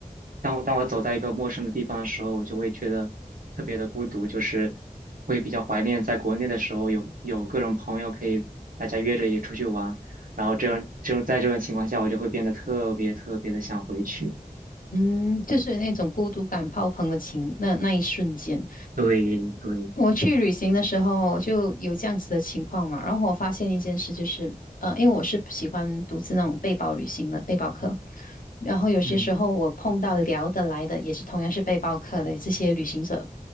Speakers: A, on the right (about 70°); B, on the left (about 70°).
A: 当我当我走在一个陌生的地方的时候，我就会觉得特别的孤独，就是会比较怀念在国内的时候有有各种朋友可以大家约着也出去玩，然后这种就在这种情况下，我就会变得特别特别的想回去。
B: 嗯，就是那种孤独感爆棚的情，那那一瞬间，
A: 对对，
B: 我去旅行的时候就有这样子的情况嘛。然后我发现一件事，就是呃，因为我是喜欢独自那种背包旅行的背包客，然后有些时候我碰到聊得来的，
A: 嗯
B: 也是同样是背包客的这些旅行者